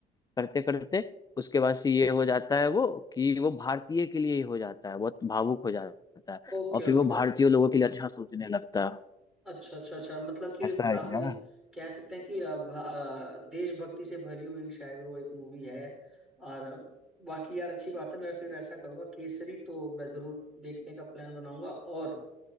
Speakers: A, on the left (about 20°); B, in the centre.
A: करते करते उसके बाद से ये हो जाता है वो कि वो भारतीय के लिए ही हो जाता है बहुत भावुक हो जाता है
B: ओके
A: और फिर
B: ओके
A: वो भारतीय
B: ओके
A: लोगों के लिए अच्छा सोचने लगता है
B: अच्छा अच्छा अच्छा मतलब कि
A: ऐसा है
B: काफी
A: यार
B: कह सकते हैं कि अ, भ- अ, देशभक्ति से भरी हुई शायद वो एक मूवी है और बाकी यार अच्छी बात है मैं फिर ऐसा करूंगा केसरी तो मैं जरूर देखने का प्लान बनाऊंगा और